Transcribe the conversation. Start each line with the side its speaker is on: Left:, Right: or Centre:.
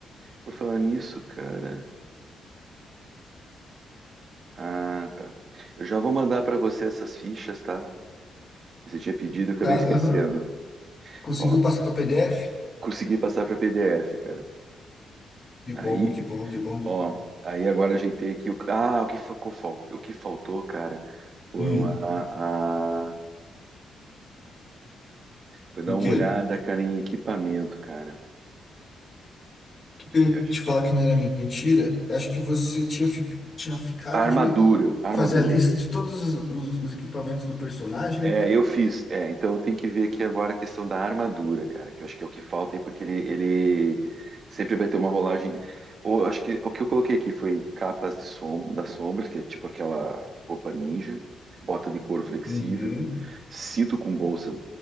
Right: Por falar nisso, cara. Ah, tá. Eu já vou mandar para você essas fichas, tá? Que Você tinha pedido, eu acabei
Left: Tá?
Right: esquecendo.
Left: Aham. Conseguiu
Right: Ó,
Left: passar para PDF?
Right: consegui passar para PDF, cara.
Left: Que bom,
Right: Aí,
Left: que bom, que bom.
Right: ó, aí agora ajeitei aqui o. Ah, o que ficou, fal- o que faltou, cara, foram
Left: Hum,
Right: a, a... Foi dar
Left: o
Right: uma
Left: quê?
Right: olhada,
Left: O
Right: cara, em equipamento, cara.
Left: que eu ia
Right: Eu achei-
Left: te falar que não era mentira? Acho que você tinha, fi- tinha ficado
Right: A armadura,
Left: de
Right: a
Left: fazer
Right: armadura.
Left: a lista de todos os, os- os equipamentos do personagem,
Right: É,
Left: né?
Right: eu fiz. É, então eu tenho que ver aqui agora a questão da armadura, cara, que eu acho que é o que falta aí, porque ele, ele sempre vai ter uma rolagem. de- Ou acho que o que eu coloquei aqui foi capas de som, das sombras, que é tipo aquela roupa ninja, bota de couro flexível,
Left: Uhum,
Right: cinto com bolsa